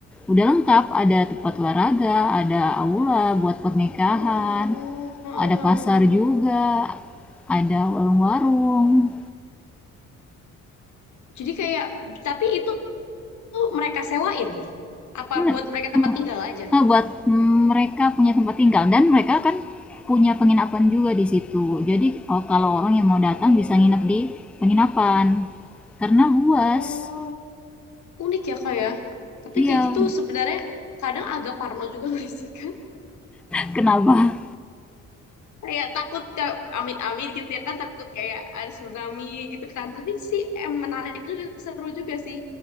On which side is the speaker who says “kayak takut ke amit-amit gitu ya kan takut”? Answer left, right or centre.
Left